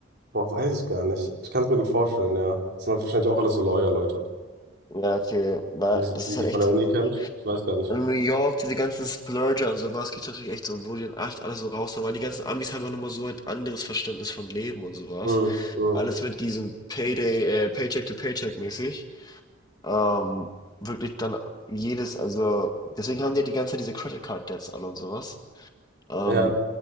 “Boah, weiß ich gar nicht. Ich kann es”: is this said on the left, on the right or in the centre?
Right